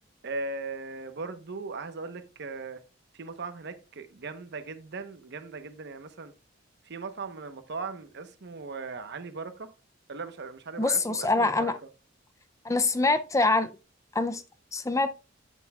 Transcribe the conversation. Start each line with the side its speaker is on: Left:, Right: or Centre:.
Right: آه برضو عايز اقول لك آه في مطاعم هناك جامده جدا جامده جدا يعني مثلا في مطعم من المطاعم اسمه آه، علي بركه لا مش مش علي
Left: بص
Right: بركه اسمه
Left: بص
Right: اسمه
Left: انا
Right: البركه
Left: انا انا سمعت عن انا س- سمعت